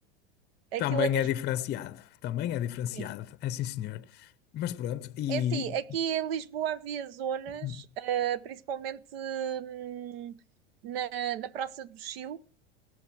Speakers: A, on the right; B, on the left.
A: aquilo
B: Também
A: é mesmo
B: é diferenciado, também é diferenciado,
A: assim.
B: é sim senhor. Mas pronto, e
A: É assim, aqui em Lisboa havia zonas,
B: <laughs>
A: eh, principalmente hum, na, na Praça do Chile,